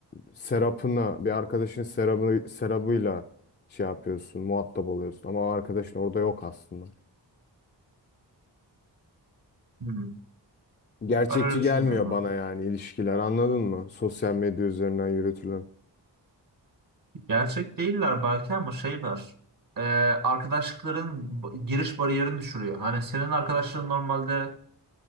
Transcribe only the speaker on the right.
Hmm,
Ben öyle düşünmüyorum
abi.
Gerçek değiller belki ama şey var. Ee, arkadaşlıkların b- giriş bariyerini düşürüyor. Hani senin arkadaşların normalde